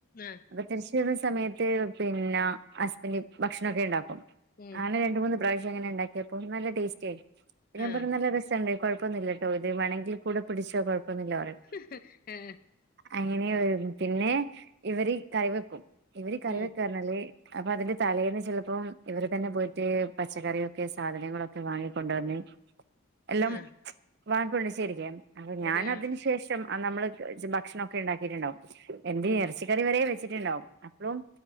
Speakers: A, on the left (about 40°); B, on the right (about 50°).
A: ആഹ്
B: അപ്പൊ തിരിച്ച വരുന്ന സമയത്ത് പിന്നെ ഹസ്ബൻഡ് ഭക്ഷണൊക്കെ ണ്ടാക്കും
A: ഉം
B: അങ്ങനെ രണ്ട് മൂന്ന് പ്രാവഷ്യം അങ്ങന ഉണ്ടാക്കിയപ്പോൾ നല്ല ടേസ്റ്റ് ആയി ഞാൻ
A: ആഹ്
B: പറഞ്ഞ നല്ല രസണ്ട് കുഴപ്പൊന്നില്ലട്ടോ ഇത് വേമെങ്കിൽ കൂടെ പിടിച്ചോ കുഴപ്പന്നില്ല ന്ന് പറയും
A: ഹ് ഹ് ഈ
B: അങ്ങനെ പിന്നെ ഇവര് കറി വെക്കും ഇവര് കറി
A: ഉം
B: വെക്കാ റഞ്ഞാല് അപ്പൊ അതിന്റെ തലേന്ന് ചിലപ്പോം ഇവർ തന്നെ പോയിട്ട് പച്ചക്കറിയൊക്കെ സാധനങ്ങളൊക്കെ വാങ്ങിക്കൊണ്ടോന്ന് എല്ലാം
A: ആഹ്
B: വാങ്ങിക്കൊണ്ട് ശരിക്ക അപ്പൊ
A: റെഡി
B: ഞാൻ
A: ആഹ്
B: അതിനു ശേഷം നമ്മള് ഭക്ഷണം ഒക്കെ ഉണ്ടാക്കിട്ടുണ്ടാവും എന്ത്
A: ഉം
B: യറച്ചി ഇക്കറി വര വെച്ചിട്ടുണ്ടാാവും അപ്പയും